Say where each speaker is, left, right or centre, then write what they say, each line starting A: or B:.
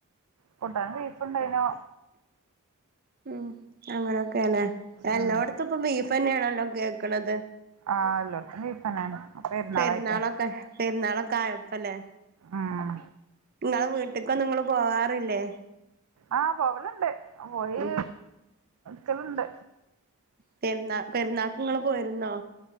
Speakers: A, on the right; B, on the right.
A: കൂട്ടാൻ ബീ ണ്ടനോ
B: ഉം അങ്ങനൊക്കെല്ലേ എല്ലോടത്തും
A: ഉം
B: ഇപ്പൊ ബീഫ് ന്നെയാണല്ലോ കേക്കണത്
A: ആ എല്ലോടത്തും ബീഫ് തന്നെയാണ് പെരുന്നാളായിട്ടെ
B: പെരുന്നാളൊക്കെ പെരുന്നാളൊക്കെ ആയപ്പല്ലേ
A: ഉം
B: നിങ്ങളെ വീട്ട്ക്കൊന്നും ങ്ങള് പോവാറില്ലേ
A: ആ പോവല്ണ്ട് പ്പോയി
B: ഉം
A: ക്കലണ്ട്
B: പെരുന്നാ പെരുന്നാക്ക്ങ്ങൾ പോയിരുന്നോ